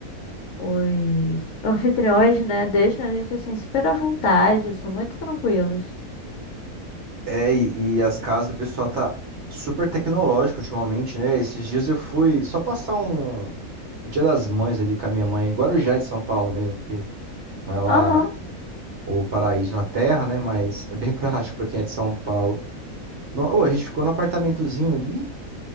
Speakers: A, on the left (about 70°); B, on the right (about 55°).
A: os anfitriões, né? Deixam a gente assim super à vontade, são muito tranquilos.
B: É, e, e as casas do pessoal tá super tecnológico ultimamente, né? Esses dias eu fui só passar um O Dia das Mães ali com a minha mãe, em Guarujá é de São Paulo mesmo, que não é lá
A: Aham,
B: o paraíso na terra, né? Mas é bem <laughs> prático pra quem é de São Paulo. No, ô, a gente ficou no apartamentozinho ali,